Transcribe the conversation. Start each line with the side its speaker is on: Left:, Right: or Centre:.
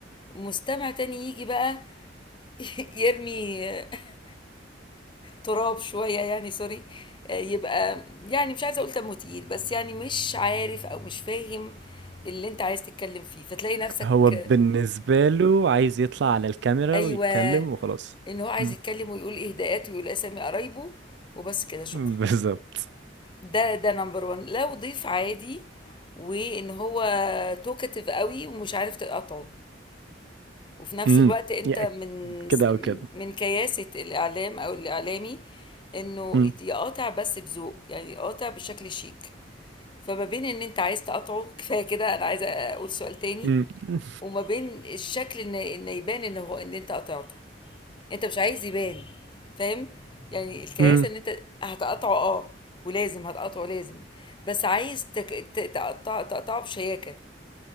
Left: مستمع تاني يجي بقى <laughs> يرمي <laughs> تراب شوية يعني سوري آه، يبقى يعني مش عايزة أقول تموتيل بس يعني مش عارف أو مش فاهم اللي أنت عايز تتكلم فيه فتلاقي نفسك
Right: هو بالنسبة
Left: آه،
Right: له عايز يطلع على الكاميرا
Left: أيوة
Right: ويتكلم وخلاص
Left: إن هو عايز
Right: مم.
Left: يتكلم ويقول إهداءات ويقول أسامي قرايبه وبس كده شكرا
Right: <laughs> بالظبط
Left: ده ده نمبر وان لو ضيف عادي وإن هو توكتيف قوي ومش عارف تقاطعه وفي نفس
Right: امم
Left: الوقت انت
Right: يعني
Left: من
Right: كده او
Left: من
Right: كده
Left: من كياسة الاعلام او الاعلامي انه
Right: امم
Left: يقاطع بس بذوق يعني يقاطع بشكل شيك فما بين ان انت عايز تقاطعه كفايه كده انا عايزه اقول سؤال تاني
Right: امم
Left: وما بين الشكل ان ان يبان ان هو ان انت قطعته انت مش عايز يبان فاهم يعني الكياسه
Right: امم
Left: ان انت هتقطعه اه ولازم هتقطعه لازم بس عايز تك... ت- تقطع تقطعه بشياكه